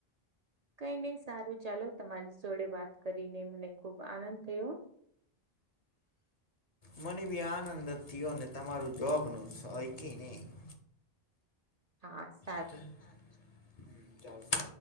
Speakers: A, on the right; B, on the left.
A: કઈ નહી સારું ચાલો તમારી જોડે વાત કરીને મને ખુબ આનંદ થયો
B: મને બી આનંદ જ થયો ને તમારું જોબનું <unintelligible>
A: હાસ
B: <unintelligible> ચાલશે